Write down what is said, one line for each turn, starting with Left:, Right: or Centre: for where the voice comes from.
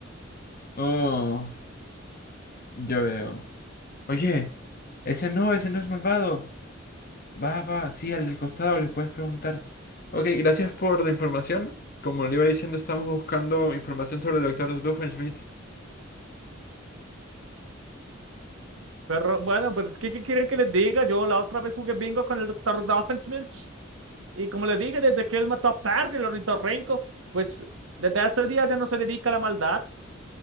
Left: Oh, yo veo. Oye, ese no, ese no es malvado. Va, va, sí, al del costado le puedes preguntar. Ok, gracias por la información. Como le iba diciendo, estamos buscando información sobre el doctor Doofenshmirtz.
Right: Pero bueno, pues ¿qué, qué quieren que les diga? Yo la otra vez jugué bingo con el doctor Doffenshmirtz Y como les dije, desde que él mató a Parry, el ornitorrinco, pues desde ese día ya no se dedica a la maldad.